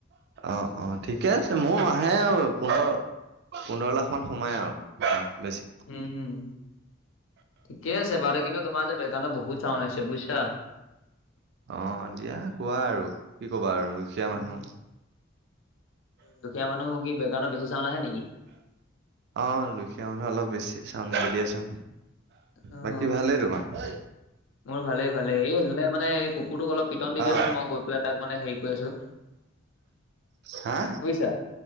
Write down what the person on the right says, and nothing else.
অ অ ঠিকে আছে মোৰ মাহে আৰু পোন্ধৰ। পোন্ধৰ লাখ মান সোমাই আৰু বেছি।
অ দিয়া হোৱা আৰু কি ক'বা আৰু। দুখীয়া
মানুহ
অ দুখীয়া মানুহ অলপ বেছি চাওণ্ড দিয়াচোন।
বাকী ভালেই তোমাৰ।
অ'
হা।